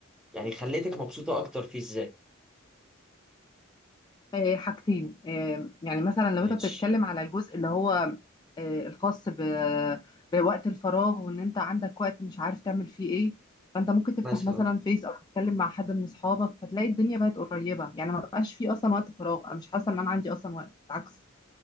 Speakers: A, in the centre; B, on the left (about 20°).
A: يعني خليتك مبسوطة اكتر فيه ازاي
B: آه، حاجتين آه، يعني مثلا لو
A: ماشي
B: انت بتتكلم على الجزء اللي هو آه، الخاص ب- بوقت الفراغ وان انت عندك وقت مش عارف تعمل فيه ايه فانت ممكن تفتح
A: مثلا
B: مثلا فيس او تتكلم مع حد من اصحابك فتلاقي الدنيا بقت قريبة يعني ما بقاش فيه اصلا وقت فراغ انا مش حاسة ان انا عندي اصلا وقت بالعكس